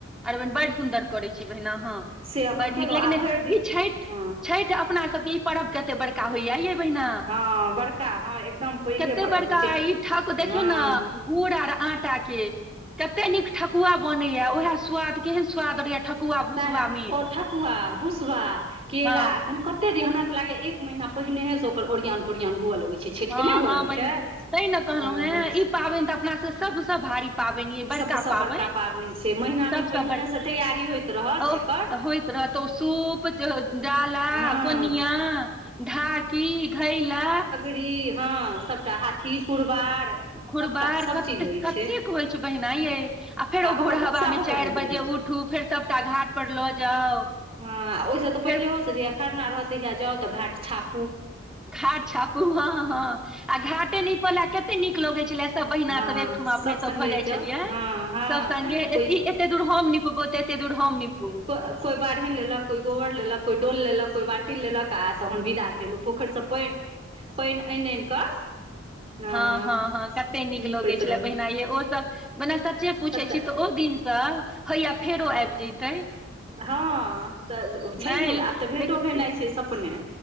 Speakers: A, in the centre; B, on the right.
A: अरबन बड़ सुन्दर करै छी, बहिन अहाँ
B: से अपन
A: बड़
B: केलहुँ
A: निक लेकिन
B: आ
A: ई
B: भरि दिन
A: छठि।
B: हँ
A: अपना सभके ई पर कते बड़का होइया य
B: हँ बड़का हँ एकदम पैघे
A: कते
B: पर्व
A: बड़का
B: होइ छै
A: ई थाक देखियौ
B: हँ
A: ने। गुड़ आर आटाके कते निक ठकुआ बनैया उएह स्वाद केहन स्वाद रहैया ठकुआ। भुसबा
B: सेहे ने
A: मे
B: ओ ठकुआ भुसबा केरा
A: हँ
B: मने हेगे हमरा तऽ लागे या एक महीना पहिने से ओकर ओरियान पोरियान हुअ लगे छै। छठिके
A: हँ
B: नहि हुअ
A: हँ
B: लगै
A: बहिना
B: छै
A: ते ने
B: अ
A: कहलहुँ हे ई पाबनि तऽ अपना सभ सभसँ भारी पाबनि या बरका
B: सबसँ
A: पाबनि
B: बड़का छै महिना
A: सभसे
B: दिन पहिनेहेसँ
A: बड़का पबनि
B: तैयारी होइत रहत
A: अह
B: एकर
A: त होइत रहत। तो सूत। डाला
B: हँ
A: कोनिया ढाकी घैला।
B: री हँ सभटा हाथी कुरबार।
A: कुरबार
B: सभटा सभ
A: कते
B: चीज होइ
A: कतेक
B: छै
A: होइ छै, बहिना यै। आ फेर ओ
B: ओकर
A: भोर
B: उत्साहो
A: हवामे चारि
B: बड्ड नीक
A: बजे
B: रहै छै
A: उठू फेर सभटा घाट पर लऽ जाउ।
B: हँ, ओहिस तऽ पहिलेहो
A: फेर
B: से जहिया खरना रहत ताहिया जाउ तऽ घाट छाप।
A: घाट छापू हँ, हँ, आ घाटे नीपल कते निक लगै छले सभ बहिना
B: हँ
A: सभ एकठुमा
B: सब
A: अपने सभ
B: संगे
A: भऽ जाय
B: जाउ
A: छलियै
B: हँ हँ
A: सभ संगे
B: कोइ
A: एते दूर हम निपबौ एतेक दूर हम निपब
B: कोई बाढ़न लेलक कोई गोबड़ लेल कऽ कोई डोल लेलकऽ कोई बाल्टी लेल कऽ आ तहन विदा फेर पोखरसँ पाइन पाइन अनि अनि कऽ। हँ
A: हाँ, हाँ, हाँ, कते नीक
B: नीपैत
A: लगे छले
B: रहलहुँ
A: बहिना ये ओ सभ मने सच्चे मुछे
B: सभटा
A: छी त ओ, दिनसँ हैया फेरो आबि जइतै
B: हँ, तऽ छै
A: नहि
B: हे आब तऽ भेटो
A: लेकिन
B: भेनाइ छै सपने